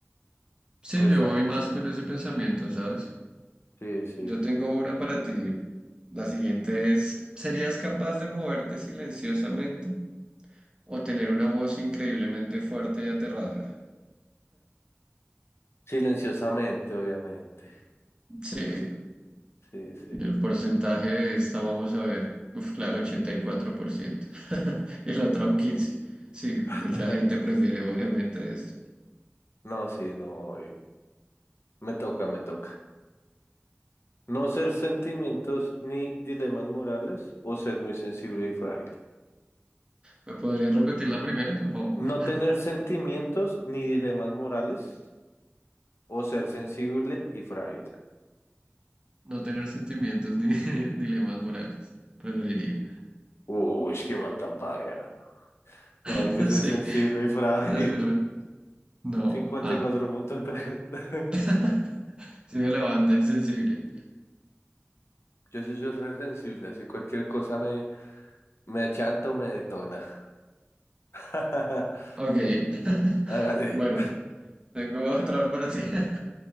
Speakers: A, on the right (about 20°); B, on the left (about 75°).
A: Sí,
B: pues
A: yo
B: darle,
A: voy más
B: sí.
A: con ese pensamiento, ¿sabes?
B: Sí, sí.
A: Yo tengo una para ti. La siguiente es, ¿serías capaz de moverte silenciosamente? O tener una voz increíblemente fuerte y aterradora.
B: Silenciosamente, obviamente.
A: Sí,
B: Sí, sí.
A: y el porcentaje de esta, vamos a ver. Uf, claro, ochenta Y cuatro por ciento <laughs> y la otra un 15%. Sí, mucha
B: <laughs>
A: gente prefiere obviamente esto.
B: No, sí, no, obvio. Me toca, me toca. No ser sentimientos ni dilemas morales o ser muy sensible y frágil.
A: ¿Me podrías repetir la primera, por favor?
B: No
A: <laughs>
B: tener sentimientos ni dilemas morales o ser sensible y frágil.
A: No tener sentimientos ni <laughs> dilemas morales. Preferiría.
B: Uy, qué mal tan paila. No,
A: <laughs>
B: hay que ser
A: Sí,
B: sensible y frágil.
A: así re- No,
B: cincuenta
A: ah.
B: y cuatro punto tres. <laughs>
A: <laughs> Sí, de la banda insensible.
B: Yo sí soy re sensible, así cualquier cosa me, me achanta o me detona. <laughs>
A: Ok. <laughs>
B: Hágale.
A: Bueno, tengo otra para ti. <laughs>